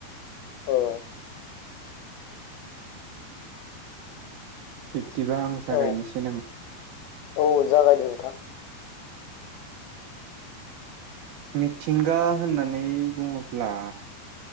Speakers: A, on the left; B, on the right.
A: औ
B: बिब्दिबा आं जागायनोसै
A: औ
B: नामा?
A: औ जागायदो नोंथां।
B: मिथिंगा होननानै बुङोब्ला